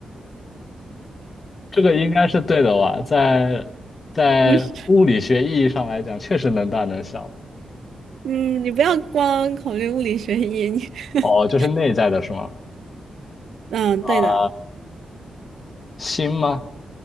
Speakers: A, on the left; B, on the right.
A: 这个应该是对的吧？在在物理学意义上来讲，
B: 不是，
A: 确实能大能小。
B: 嗯，你不要光考虑物理学意，你 <laughs>
A: 哦，就是内在的是吗？
B: 嗯，
A: 啊、
B: 对的，
A: 心吗？